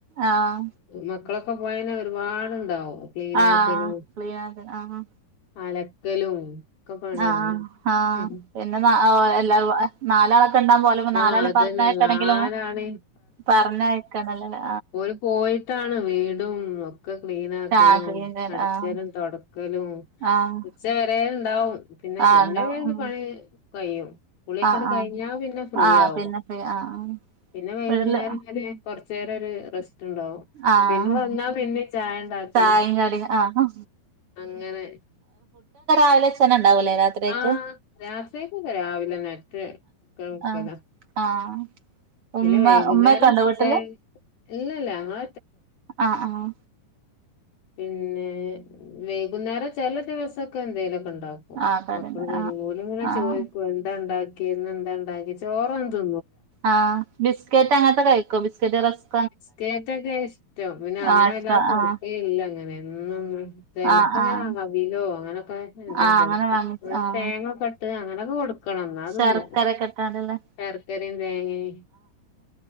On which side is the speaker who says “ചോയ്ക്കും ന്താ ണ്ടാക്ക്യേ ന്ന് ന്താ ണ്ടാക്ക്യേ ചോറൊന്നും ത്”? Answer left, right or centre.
Left